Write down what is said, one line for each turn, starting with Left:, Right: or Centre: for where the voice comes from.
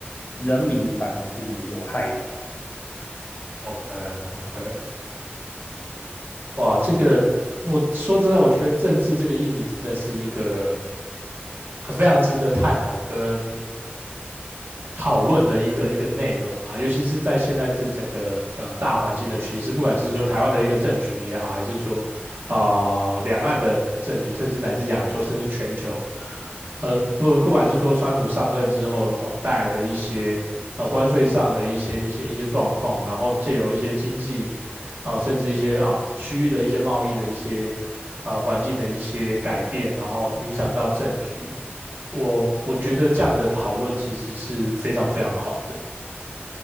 Left: 人民反而是有害的。
Right: ，OK OK。哇，这个我说真的，我觉得政治这个议题真的是一个很非常值得探讨跟讨论的一个一个内容啦，尤其是在现在这整个呃大环境的趋势，不管是说台湾的一个政局也好，还是说啊、呃两岸的政局，甚至乃至亚洲，甚至全球，呃不不管是说川普上任之后哦带来的一些呃关税上的一些一些一些状况，然后借由一些经济啊、呃甚至一些啊、呃区域的一些贸易的一些啊、呃环境的一些改变，然后影响到政局，我我觉得这样的讨论其实是非常非常好的。